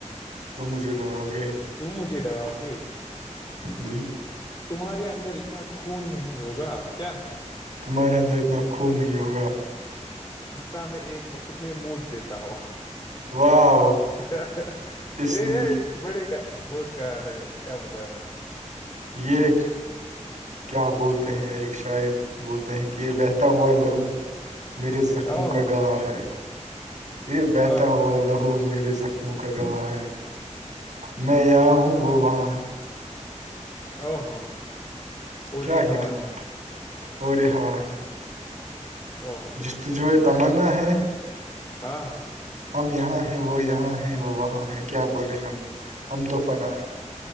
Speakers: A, on the right; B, on the left.
A: تم مجھے ڈراؤ گے
B: تم مجھے ڈراؤ گے
A: جی
B: تمہارے اندر اتنا خون نہیں ہوگا کیا
A: تمہارے اندر اتنا خون نہیں ہوگا
B: جتا میں ایک وقت میں موت دیتا تاؤ
A: واہ
B: کیا
A: اس
B: یہ
A: ل-
B: ہے بڑے کا بہت خیال ہے کیا بتے
A: یہ کیا بول ہیں ایک شاعر بولتے ہیں کہ یہ بہتا ہوا لہو میرے زخموں
B: اوہ
A: کا گلا ہے یہ بہتا
B: ہاں ہاں
A: ہوا لہو میرے زخم کا گواہ ہے میں یہاں ہوں وہ وہاں ہے
B: او ہو اور
A: کیا
B: یہ
A: ہی
B: ہوا
A: ان
B: ہے
A: اور رے ہا ہے
B: او ہو
A: جس تج
B: بہت عمدہ
A: تمنا
B: تھا
A: ہے
B: ہاں ہاں
A: ہم یہاں ہیں وہ یہاں ہے وہ وہاں ہے کیا بولے ہم ہم توفنا ہے